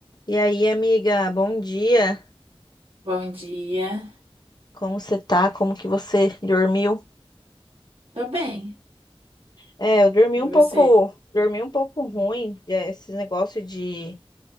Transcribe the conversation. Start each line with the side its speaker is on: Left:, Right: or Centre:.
Left: E aí, amiga, bom dia.
Right: Bom dia.
Left: Como você tá? Como que você dormiu?
Right: Tô bem.
Left: É, eu dormi
Right: E
Left: um
Right: você?
Left: pouco, dormi um pouco ruim. É, esse negócio de